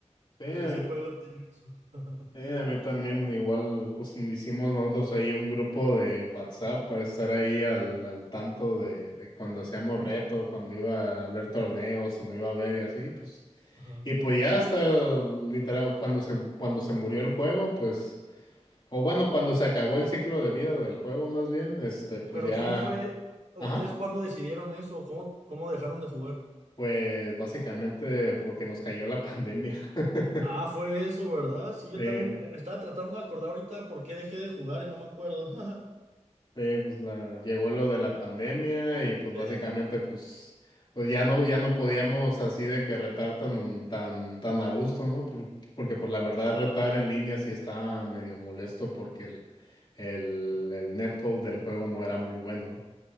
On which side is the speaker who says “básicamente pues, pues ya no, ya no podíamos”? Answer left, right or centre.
Left